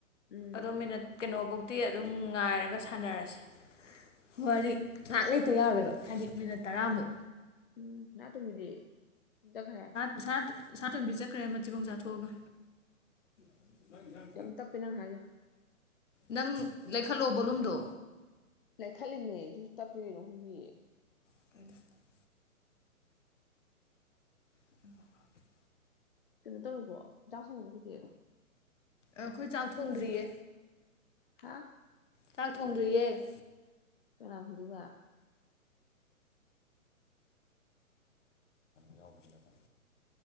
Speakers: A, on the left; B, on the left.
A: ꯎꯝ
B: ꯑꯗꯣ ꯃꯤꯅꯠ ꯀꯩꯅꯣꯐꯧꯗꯤ ꯑꯗꯨꯝ ꯉꯥꯏꯔꯒ ꯁꯥꯟꯅꯔꯁꯦ ꯋꯥꯔꯤ <unintelligible> ꯇ ꯌꯥꯔꯣꯏꯕ ꯍꯥꯏꯗꯤ ꯃꯤꯅꯠ ꯇꯔꯥꯃꯨꯛ
A: ꯎꯝ ꯁꯅꯇꯣꯝꯕꯤꯗꯤ ꯆꯠꯈ꯭ꯔꯦ
B: ꯁꯥ ꯁꯥꯅꯇꯣꯟꯕꯤ ꯆꯠꯈ꯭ꯔꯦ ꯃꯊꯤꯕꯣꯡ ꯆꯥꯊꯣꯛꯑꯒ <unintelligible>
A: ꯌꯥꯝ ꯇꯞꯄꯦ ꯅꯪ ꯍꯥꯏꯗꯣ
B: ꯅꯪ ꯂꯩꯈꯠꯂꯣ ꯕꯣꯂꯨꯝꯗꯣ
A: ꯂꯩꯈꯠꯂꯤꯅꯦ ꯑꯗꯨꯝ ꯇꯠꯄꯩ ꯀꯩꯅꯣ ꯈꯪꯗꯤꯌꯦ
B: <inaudible> <inaudible>
A: ꯀꯩꯅꯣ ꯇꯧꯔꯕꯣ ꯆꯥꯛ ꯊꯣꯡꯉꯕꯣ ꯍꯧꯖꯤꯛ
B: ꯑꯩꯈꯣꯏ ꯆꯥꯛ ꯊꯣꯡꯗ꯭ꯔꯤꯌꯦ
A: ꯍꯥ
B: ꯆꯥꯛ ꯊꯣꯡꯗ꯭ꯔꯤꯌꯦ <unintelligible>
A: ꯀꯅꯥꯥ ꯊꯣꯡꯗꯣꯢꯕ
B: <inaudible>